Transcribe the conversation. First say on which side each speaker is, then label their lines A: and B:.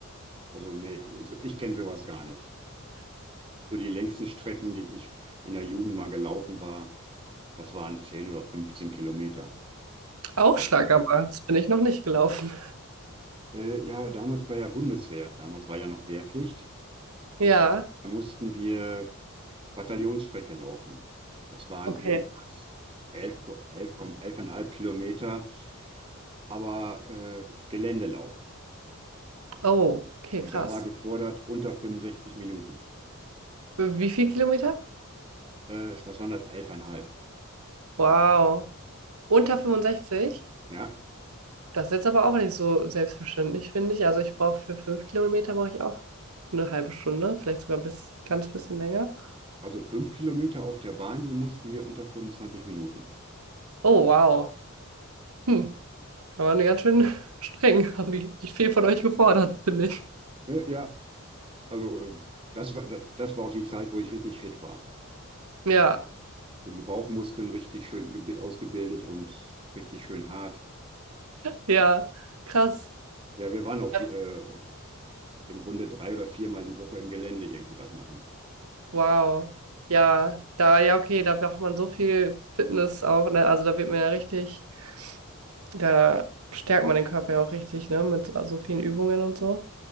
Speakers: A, on the right; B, on the right.
A: Also, nee, also ich kenne sowas gar nicht. So die längsten Strecken, die ich in der Jugend mal gelaufen war, das waren 10 oder 15 Kilometer.
B: Auch
A: Auch
B: stark,
A: weiter.
B: aber das bin ich noch nicht gelaufen.
A: Äh, ja, damals bei der Bundeswehr, damals war ja noch Wehrpflicht,
B: Ja,
A: da mussten wir Bataillonsstrecke laufen. Das waren
B: okay.
A: irgendwas 11, Ko- 11, Komma- 11,5 Kilometer, aber äh, Geländelauf.
B: Oh, okay,
A: Und
B: krass.
A: da war gefordert unter 65 Minuten.
B: Wie viel Kilometer?
A: Äh, was waren das? 11,5.
B: Wow. Unter 65?
A: Ja,
B: Das ist jetzt aber auch nicht so selbstverständlich, finde ich. Also ich brauche für fünf Kilometer brauche ich auch eine halbe Stunde, vielleicht sogar bis ganz bisschen länger.
A: Also fünf Kilometer auf der Bahn, die mussten wir unter 25 Minuten.
B: Oh, wow. Hm, da waren die ganz schön <laughs> streng. Haben die nicht viel von euch gefordert, finde ich.
A: Äh, ja, also äh, das war, da- das war auch die Zeit, wo ich richtig fit war.
B: Ja,
A: Wo die Bauchmuskeln richtig schön gebe- ausgebildet und richtig schön hart.
B: ja, krass.
A: Ja, wir waren auch
B: Ja,
A: äh, im Grunde drei oder viermal die Woche im Gelände irgendwie was machen.
B: Wow. Ja, da, ja, okay, da braucht man so viel Fitness auch, ne? Also da wird man ja richtig, da stärkt man den Körper ja auch richtig, ne? Mit so so vielen Übungen und so.